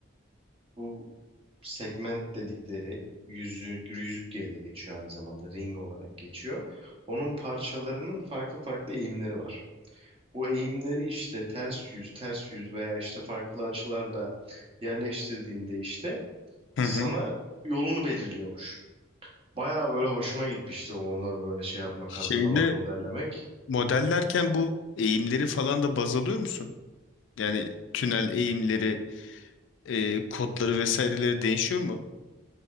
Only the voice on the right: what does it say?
bu segment dedikleri yüzük, yüzük diye de geçiyor aynı zamanda ring olarak geçiyor. Onun parçalarının farklı farklı eğimleri var. Bu eğimleri işte ters yüz, ters yüz veya işte farklı açılarda yerleştirdiğinde işte
sana
yolunu belirliyormuş. Bayağı böyle hoşuma gitmişti onları böyle şey yapmak,
hazırlamak, modellemek.